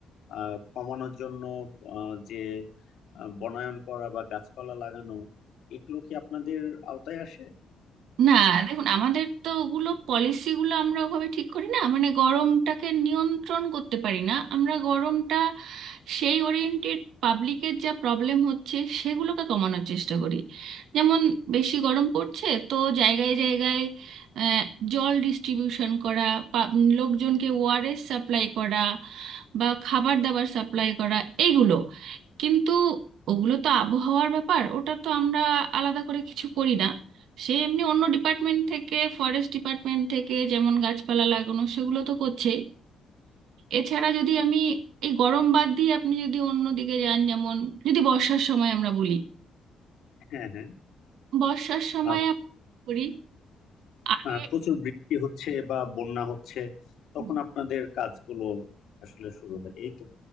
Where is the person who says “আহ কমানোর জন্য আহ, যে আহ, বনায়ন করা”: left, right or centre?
Left